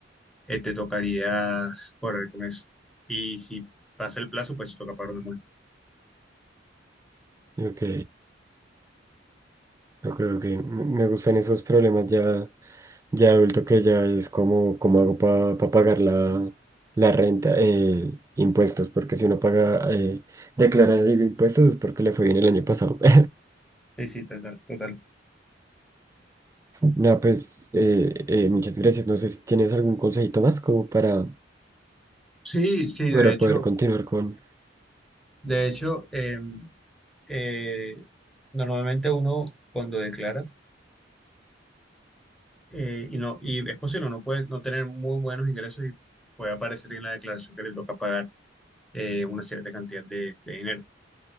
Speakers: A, in the centre; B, on the right.
A: eh, te tocaría correr con eso. Y si pasa el plazo, pues te toca pagar una multa.
B: ok, ok, ok. Me me gustan esos problemas ya, ya adulto que ya es como, cómo hago para pagar la, la renta, eh, impuestos, porque si uno paga, eh, declara digo, impuestos es porque le fue bien el año pasado. <laughs>
A: Sí, sí, total. total.
B: No, pues eh, eh, muchas gracias. No sé si tienes algún consejito más como para,
A: Sí, sí,
B: para
A: de hecho,
B: poder continuar con,
A: de hecho, em, eh, normalmente uno cuando declara eh, y no y es posible no puede no tener muy buenos ingresos y puede aparecer en la declaración que le toca pagar eh, una cierta cantidad de, de dinero.